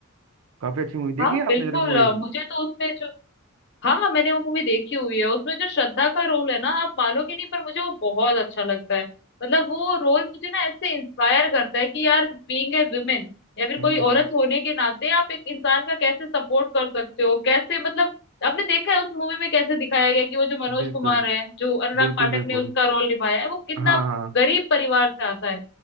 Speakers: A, on the right; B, on the left.
A: काफी अच्छी मूवी देखी
B: हाँ
A: है
B: बिल्कुल
A: आपने जरा मूवी
B: अ, मुझे तो उसमें जो हाँ हाँ मैंने वो मूवी देखी हुई है उसमें जो श्रद्धा का रोल है ना आप मानोगे नहीं पर मुझे वो बहुत अच्छा लगता है मतलब वो रोल मुझे ना ऐसे इंस्पायर करता है कि यार बीइंग ए वुमेन या फिर कोई
A: हम्म हम्म
B: औरत होने के नाते आप एक इंसान का कैसे सपोर्ट कर सकते हो कैसे मतलब आपने देखा है उस मूवी में कैसे दिखाया गया कि वो जो मनोज
A: बिल्कुल
B: कुमार है जो अनुराग
A: बिल्कुल
B: पाठक
A: बिल्कुल
B: ने उसका रोल निभाया है वो कितना
A: हाँ हाँ
B: गरीब परिवार से आता है